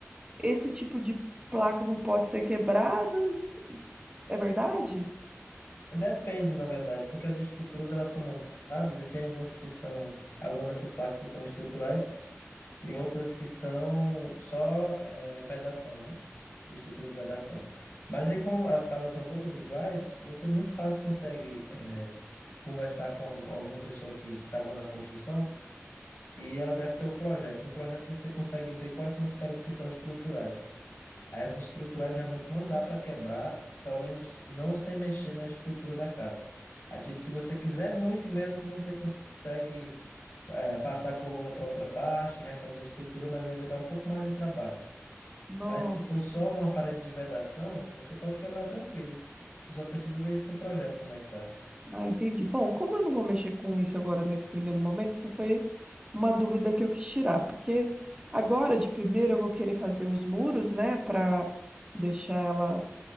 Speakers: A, on the right (about 20°); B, on the left (about 50°).
A: esse tipo de placa não pode ser quebrada. É verdade?
B: Depende, na verdade, porque as estruturas elas são montadas e tem algumas que são, algumas dessas placas que são estruturais e outras que são só eh, vedação, né? Estrutura de vedação. Mas aí, como as casas são todas iguais, você muito fácil consegue eh, conversar com al- alguma pessoa que estava na construção e ela deve ter o projeto. No projeto você consegue ver quais são as paredes que são estruturais. Aí as estruturais realmente não dá para quebrar, pelo menos não sem mexer na estrutura da casa. Aí, tipo, se você quiser muito mesmo, você consegue eh, passar a coluna para outra parte, refazer a estrutura, mas aí vai dar um pouco mais de trabalho.
A: Nossa.
B: Mas se for só uma parede de vedação, você pode quebrar tranquilo. Você só precisa ver isso no projeto, como é que tá.
A: Ah, entendi. Bom, como eu não vou mexer com isso agora nesse primeiro momento, isso foi uma dúvida que eu quis tirar, porque agora de primeiro eu vou querer fazer os muros, né, para deixar ela